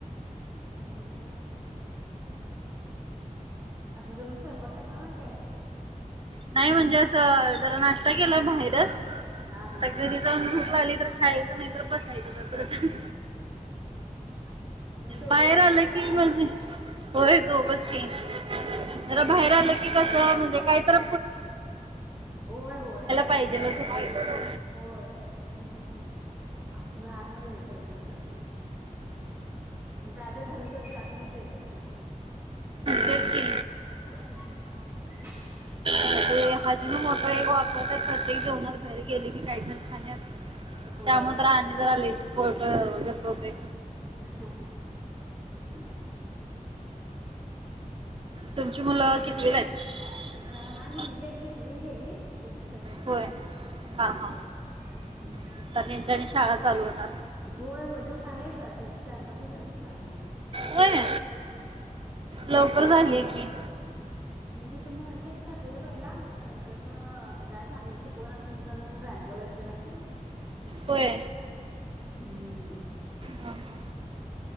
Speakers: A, on the right (about 20°); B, on the right (about 40°).
A: आणि काय आता जाऊन स्वयंपाक करणार आहे काय?
B: नाही म्हणजे असं जरा नाश्ता केलाय बाहेरच
A: हा हा
B: आ घरी
A: हा
B: जाऊन भूक लाली तर खायचं नाही तर बसायचं तसंच
A: दोघेजण
B: बाहेर आलं
A: असताय
B: की म्हणजे होय दोघच की
A: हा हा
B: जरा
A: हा
B: बाहेर
A: हा
B: आलं की कसं म्हणजे काय तर
A: होय होय
B: पाहिजेलच होते
A: होय लहान मुलं हे करत नाही मग काय तर खाल्लं तर जात मी जेवण <unintelligible>
B: तेच की ते अजून मोठ एक वापर तर प्रत्येक जेवनात बाहेर गेले की काहीत खाण्यात
A: होय.
B: त्यामुळे तर आणि जरा फोटो वगंच होते
A: हा हा ह
B: तुमची मुलं किती <unintelligible>
A: हाय मुलगी दुसरीला गेली एकटीचा मुलगी
B: होय
A: ह
B: हा हा आता त्यांच्या आणि शाळा चालू होणार
A: होय हो चाले चार पाच दिवस झाला तर चालू होईल
B: होय लो बर झाली की
A: जिथ म्हडसा आहेतेत खाटलेलं पहिला मग नंतर ना काय चांगलं शिकवा ना म्हणताना मग रमबोला इथे घातलं हो
B: होय
A: हम्म
B: हा हा